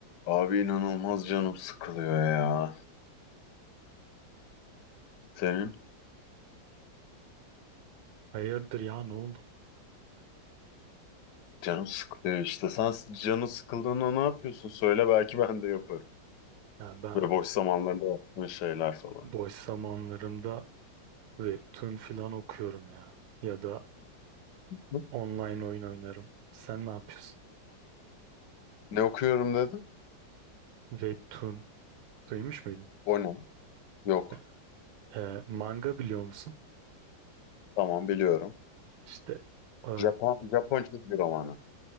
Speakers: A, on the left (about 70°); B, on the right (about 75°).
A: Abi inanılmaz canım sıkılıyor ya. Senin
B: Hayırdır ya ne oldu?
A: canım sıkılıyor işte. Sen canın sıkıldığında ne yapıyorsun? Söyle belki ben de yaparım.
B: Yani ben
A: Ve boş zamanlarında yaptığın şeyler falan.
B: boş zamanlarımda webtoon filan okuyorum ya. Ya da
A: Hı?
B: online oyun oynarım. Sen ne yapıyorsun?
A: Ne okuyorum dedin?
B: Webtoon duymuş muydun?
A: O ne? Yok.
B: Ya, e, manga biliyor musun?
A: Tamam biliyorum.
B: İşte e,
A: Japon, Japon çizgi romanı.